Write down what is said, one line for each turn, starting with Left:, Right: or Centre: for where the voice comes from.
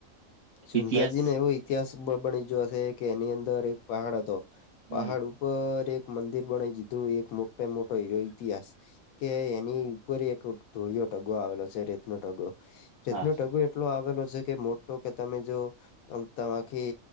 Left: સુંંધાજી
Right: ઇતિહાસ
Left: ને એવો ઈતિહાસ બની ગયો હશે. કે એની અંદર એક પહાડ હતો
Right: હમ
Left: પહાડ ઉપર. ઉપર એક મંદિર બના જીધું એક મોટા મોટો હીરો ઇતિહાસ. કે એની ઉપર એક ધોળિયો ટગો આવેલો છે રેતનો ટગો.
Right: હા
Left: રનો ટગુ એટલો આવેલો છે કે મોટો કે તમે જો. ત